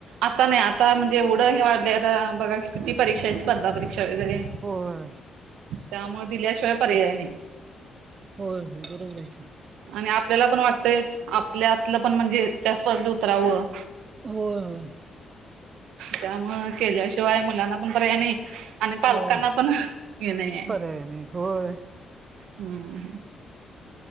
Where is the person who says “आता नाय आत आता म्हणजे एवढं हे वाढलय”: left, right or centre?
Right